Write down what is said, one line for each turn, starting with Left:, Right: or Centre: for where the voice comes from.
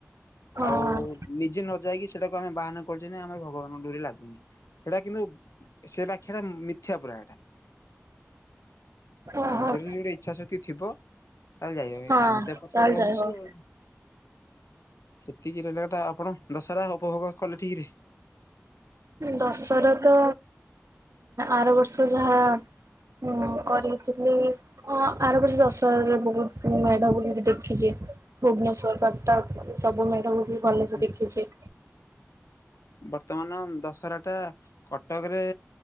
Right: ହଁ
Left: ଆଉ ନିଜେ ନ ଯାଇକି ସେଟାକୁ ଆମେ ବାହାନା କରିୁଛେ ନା ଆମର ଭଗବାନଙ୍କ ଡରେ ଲାଗୁନି ସେଟା କିନ୍ତୁ ସେ ବାଖ୍ୟା ମିଥ୍ୟା ଟା ପୁରା
Right: ଓହୋ
Left: ନିଜର ଗୋଟେ ଇଚ୍ଛା ଶକ୍ତି ଥିବ। ତାହେଲେ ଯାଇ
Right: ହଁ
Left: କାମ ତ ଏପଟ
Right: ତାହେଲେ
Left: ସେଟ ରହୁଛି
Right: ଯାଇ ହବ
Left: ଆଉ। ସେତିକି ରହିଲ କଥା ଆପଣ ଦଶହରା ଉପଭୋଗ କଲେ ଠିକ ରେ।
Right: ଦଶର ତ ଆର ବର୍ଷ ଯାହା ହୁଁ କରିଥିଲି। ଅଁ ଆର ବଛ ଦଶହରରେ ବହୁତ ମେଢ ବୁଲ ଦେଖିଛି। ଭୁବନେଶ୍ଵର କଟକ ସବୁ ମେଢ ମୁ ବି ଭଲସେ
Left: ରେ?
Right: ଦେଖିଛେ।
Left: ବର୍ତ୍ତମାନ ଦଶରା ଟା କଟକରେ।